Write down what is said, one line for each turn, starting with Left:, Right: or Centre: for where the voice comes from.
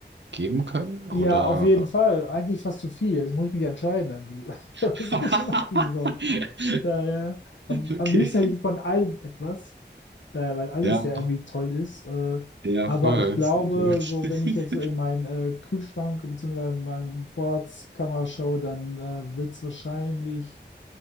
Right: geben können?
Left: ja,
Right: Oder?
Left: auf jeden Fall, eigentlich fast zu viel. Jetzt muss ich mich entscheiden irgendwie, <laughs>
Right: <laughs>
Left: was ich machen soll. Daher, am,
Right: Okay.
Left: am liebsten hätte ich von allem etwas, daher, weil alles
Right: Ja,
Left: ja irgendwie toll ist. Äh,
Right: ja,
Left: aber
Right: voll.
Left: ich glaube,
Right: Sehr gut. <laughs>
Left: so wenn ich jetzt in meinen äh, Kühlschrank bzw. in meine Vorratskammer schaue, dann äh, wird es wahrscheinlich